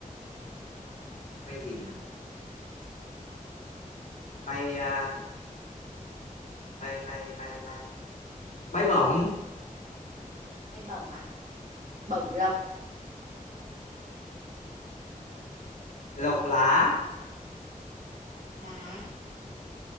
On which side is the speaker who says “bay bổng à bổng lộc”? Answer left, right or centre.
Right